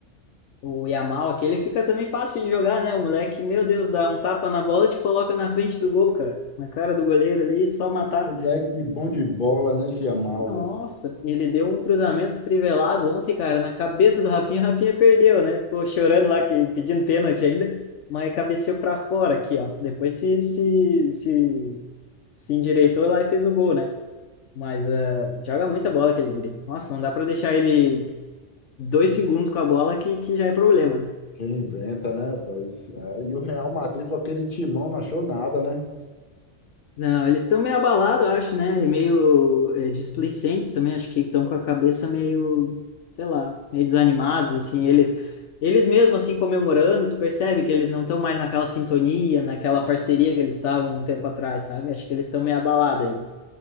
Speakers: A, on the left; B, on the left.
A: O Yamal, aquele fica também fácil de jogar, né? O moleque, meu Deus, dá um tapa na bola e te coloca na frente do gol, cara. Na cara do goleiro ali, só matar.
B: moleque bom de bola, né? Se amava.
A: Nossa, ele deu um cruzamento trivelado ontem, cara, na cabeça do Rafinha. O Rafinha perdeu, né? Ficou chorando lá, que, pedindo pênalti ainda, mas cabeceou para fora aqui, ó. Depois se, se, se, se endireitou lá e fez o gol, né? Mas ah, joga muita bola aquele guri. Nossa, não dá para deixar ele dois segundos com a bola que, que já é problema, né?
B: Ele inventa, né, rapaz? É, e o Real Madrid com aquele timão não achou nada, né?
A: Não, eles estão meio abalados, eu acho, né? E meio é, displicentes também, acho que estão com a cabeça meio, sei lá, meio desanimados, assim, eles, eles mesmo, assim, comemorando, tu percebe que eles não estão mais naquela sintonia, naquela parceria que eles estavam um tempo atrás, sabe? Acho que eles estão meio abalados ainda.